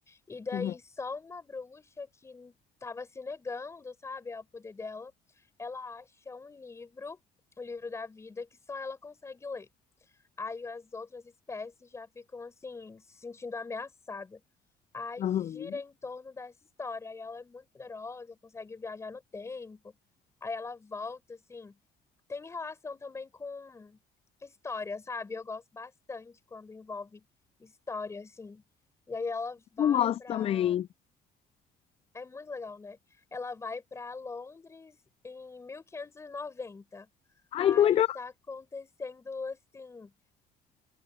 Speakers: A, on the left; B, on the left.
A: E daí
B: Uhum.
A: só uma bruxa que tava se negando, sabe, ao poder dela, ela acha um livro, o livro da vida, que só ela consegue ler. Aí as outras espécies já ficam assim, se sentindo ameaçadas. Aí
B: Aham.
A: gira em torno dessa história. Aí ela é muito poderosa, consegue viajar no tempo. Aí ela volta, assim. Tem relação também com história, sabe? Eu gosto bastante quando envolve história, assim. E aí ela vai
B: Eu gosto
A: pra.
B: também.
A: É muito legal, né? Ela vai pra Londres em 1590.
B: Ai,
A: Aí
B: que legal.
A: tá acontecendo, assim,